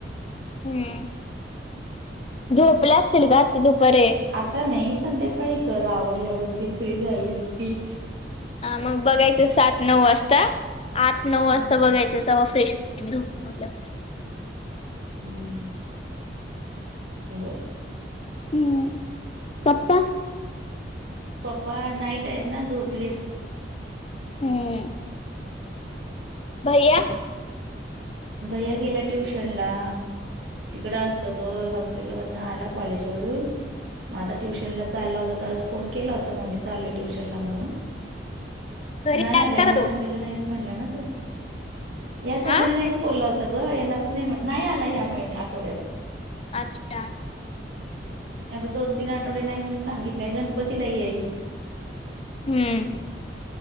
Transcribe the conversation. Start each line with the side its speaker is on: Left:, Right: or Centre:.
Left: हम्म झोपल्या असतील ग आता दुपारे.
Right: आता नाही संध्याकाळी कर आवरल्यावरती फ्री झालीस की.
Left: हा मग बघायचं सात नऊ वाजता आठ नऊ वाजता
Right: हम्म.
Left: बघायचं. तवा फ्रेश होते झोपून उठल्यावर.
Right: हम्म. बरं.
Left: हम पप्पा.
Right: पप्पा नाईट आहेत ना, झोपलेत.
Left: हं. भैय्या?
Right: भैया गेला ट्युशन ला. तिकड असतं तो, हॉस्टेल वरन आला कॉलेज वरून- मग आता ट्युशनला चालला होता, तरच फोन केला होता मम्मी चालोय ट्यूशनला म्हणून.
Left: घरी
Right: नाही
Left: आलता
Right: आला, या
Left: का
Right: संडेला
Left: तो
Right: नाहीच म्हणला ना तो. या संडेला
Left: हा
Right: नाहीच- होत ग, येणारच नाही, नाही आला या आठवड्यात.
Left: अच्छा.
Right: आता दोन, तीन आठवडे नाही म्हणून सांगितलाय, गणपतीला येईल.
Left: हम्म.